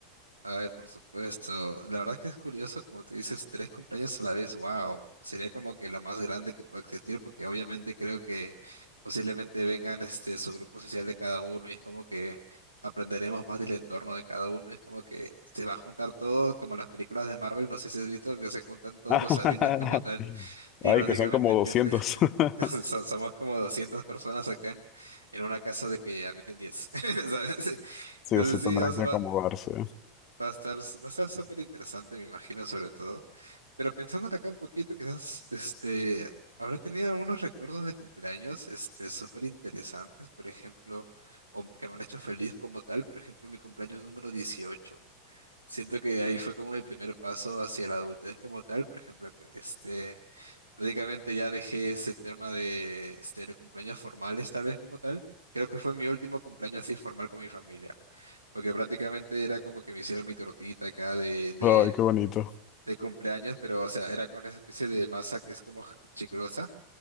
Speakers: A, on the right; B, on the left.
A: Ay, por supuesto. La verdad es que es curioso, como te dices, tres cumpleaños a la vez, wow. Sería como que lo más grande que pueda existir, porque obviamente creo que posiblemente vengan este su grupo social de cada uno y es como que aprenderemos más del entorno de cada uno. Es como que se va a juntar todo, como en las películas de Marvel, no sé si has visto que se juntan todos
B: <laughs>
A: los Avengers como tal Y
B: Ay,
A: prácticamente
B: que son como
A: empieza,
B: doscientos
A: <laughs>
B: <laughs>
A: so- somos como 200 personas acá en, en una casa de que admiten diez <laughs> ¿sabes?
B: Sí,
A: Entonces
B: o sí
A: sí,
B: tendrán
A: o sea,
B: que acomodarse.
A: va, va a estar, s- va a estar súper interesante, me imagino, sobre todo. Pero pensando acá un poquito, quizás, este, habrá tenido algunos recuerdos de cumpleaños, este, súper interesantes, por ejemplo, o que me han hecho feliz como tal, por ejemplo, mi cumpleaños número dieciocho Siento que ahí fue como mi primer paso hacia la adultez como tal, por ejemplo, este... Prácticamente ya dejé ese tema de este, de cumpleaños formales, tal vez como tal. Creo que fue mi último cumpleaños así formal con mi familia, porque prácticamente era como que me hicieron mi tortita acá de, de,
B: Ay, qué bonito.
A: de cumpleaños, pero o sea, era con esa especie de masa que es como chiclosa